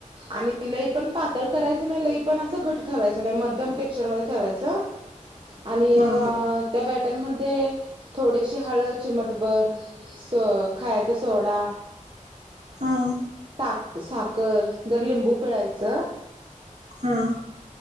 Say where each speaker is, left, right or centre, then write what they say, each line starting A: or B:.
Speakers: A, on the right (about 40°); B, on the right (about 60°).
A: आणि लई पण पातळ करायच ना लई पण असं घट्ट ठेवायचं नाही मध्यम टेक्स्चर मध्ये ठेवायचं. ह. आणि
B: हा
A: अ त्या बॅटरमध्ये थोडीशी हळद चीमटभर स खायचा सोडा
B: हा
A: सा साखर जर लिंबू पिळायचं
B: हा.